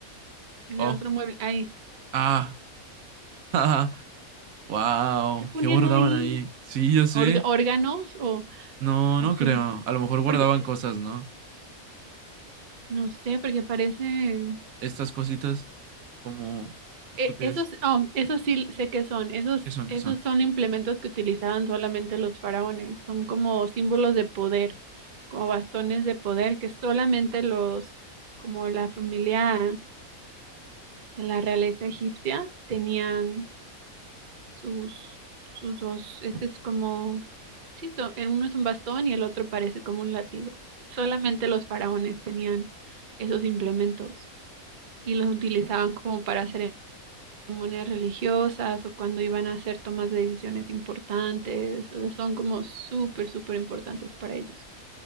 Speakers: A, on the right (about 40°); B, on the right (about 75°).
A: en
B: Oh.
A: el otro mueble. Ahí.
B: Ah. <laughs> Wow.
A: ¿Qué ponían
B: ¿Qué guardaban
A: ahí?
B: ahí? Sí, yo sé.
A: ¿Orga- ¿Órganos o,
B: No,
A: o
B: no
A: qué?
B: creo. A lo mejor guardaban
A: Porque, eh,
B: cosas, ¿no?
A: no sé, porque parecen...
B: Estas cositas. Como. ¿Esto
A: e-
B: qué
A: esos,
B: es?
A: oh, esos sí sé qué son. Esos,
B: ¿Qué son?
A: esos
B: ¿Qué son?
A: son implementos que utilizaban solamente los faraones. Son como símbolos de poder, como bastones de poder que solamente los, como la familia de la realeza egipcia, tenían sus, sus dos, este es como, sí, son- el uno es un bastón y el otro parece como un látigo. Solamente los faraones tenían esos implementos y los utilizaban como para ceremonias religiosas o cuando iban a hacer tomas de decisiones importantes, o sea, son como súper, súper importantes para ellos.